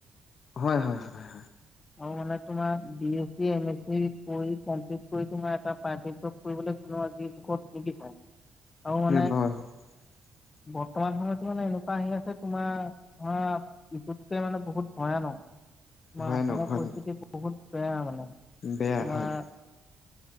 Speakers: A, on the left; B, on the left.
A: হয়, হয়, হয়।
B: অঁ মানে তোমাৰ বি এছি এম এছি কৰি কমপ্লিট তোমাৰ এটা পাৰ কৰিবলৈ কোনোিট নিবিচাৰে
A: ন
B: আৰু মানে
A: হয় হয়
B: বৰ্তমান সময়ত মানে এনেকুৱা আহি আছ মানে তোমাৰ ধৰা ইটোতকে মানে বহুত ভয়ানক। আমাৰ
A: ভয়ানক
B: অসমৰ
A: হয়
B: পৰিস্থিতি বহুত মানে-
A: বেয়া,
B: তোমাৰ
A: হয়।